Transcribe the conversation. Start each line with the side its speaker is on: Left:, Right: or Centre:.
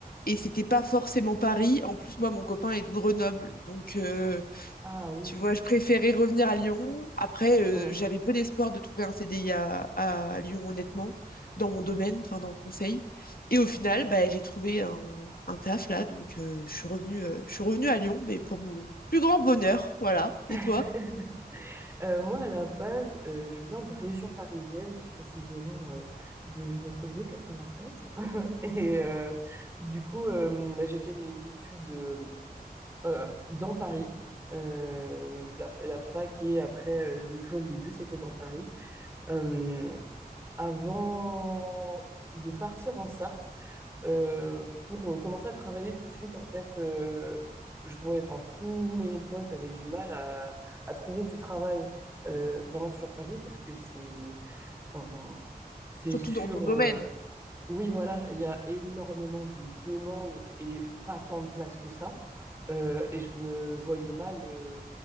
Left: Et c'était pas forcément Paris. En plus, moi, mon copain est de Grenoble, donc euh,
Right: Ah oui.
Left: tu vois, je préférais revenir à Lyon. Après, euh,
Right: Mm.
Left: j'avais peu d'espoir de trouver un CDI à, à Lyon, honnêtement, dans mon domaine, enfin dans le conseil. Et au final, bah, j'ai trouvé un, un taf là, donc euh, je suis revenue, euh, je suis revenue à Lyon, mais pour mon plus grand bonheur, voilà. Et
Right: <laughs>
Left: toi?
Right: Euh, moi, à la base, euh, je viens de région parisienne, précisément euh, de notre beau 93. <laughs> Et euh, du coup, euh, bah, j'ai fait mes études euh, euh, dans Paris. Euh, la, la fac et après euh, l'école, les deux, c'était dans Paris. Euh, avant de partir en Sarthe, euh, pour euh, commencer à travailler tout de suite, en fait, euh, je vois. enfin, tous mes potes avaient du mal à, à trouver du travail euh, vraiment sur Paris parce que c'est, enfin, c'est
Left: Surtout
Right: sur,
Left: dans ton domaine.
Right: euh, oui, voilà, il y a énormément de demandes et pas tant de places que ça. Euh, et je me voyais mal euh,